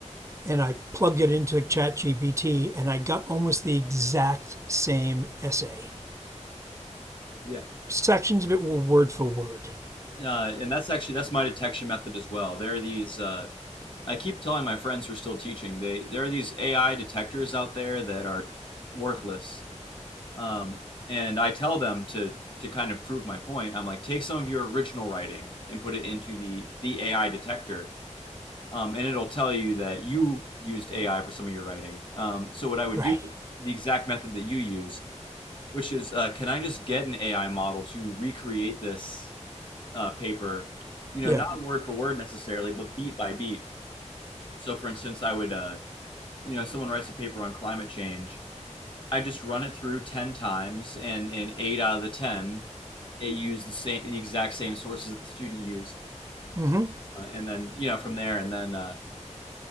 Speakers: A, on the right (about 25°); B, on the left (about 40°).
A: and I plugged it into ChatGPT, and I got almost the exact same essay.
B: Yeah,
A: Sections of it were word for word.
B: uh, and that's actually that's my detection method as well. There are these. Uh, I keep telling my friends who are still teaching. They there are these AI detectors out there that are worthless. Um, and I tell them to to kind of prove my point. I'm like, take some of your original writing and put it into the the AI detector um, and it'll tell you that you used AI for some of your writing. Um, so what I would
A: Right.
B: do is the exact method that you use, which is, uh, can I just get an AI model to recreate this uh, paper? You know,
A: Yeah.
B: not word for word necessarily, but beat by beat. So, for instance, I would, uh, you know, someone writes a paper on climate change. I just run it through ten times, and in eight out of the ten, it used the same, the exact same sources that the student used,
A: hmm
B: uh, and then you know from there, and then uh,